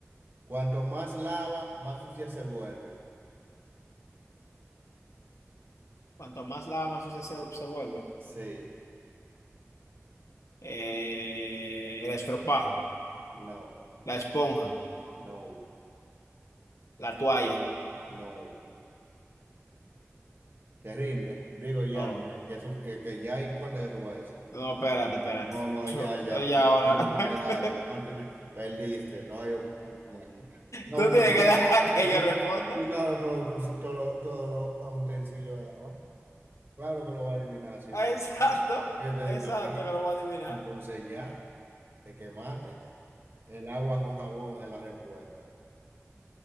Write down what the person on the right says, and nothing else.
cuanto más lava, más sucia se vuelve.
Sí,
no,
no,
no. Te rinde. Digo ya,
porque ya, su- eh, que ya y cuándo que tú vas a decir.
No, no,
ya, ya.
No
hay oportunidades.
No tiene, perdiste, no hay oportunidades. No,
porque tú-
es
que
tú, tú, claro, todos los todo, todo los utensilios del agua. Claro que lo va a adivinar, sí,
porque yo te di
una pista.
Entonces ya, te quemaste. El agua con jabón es la respuesta.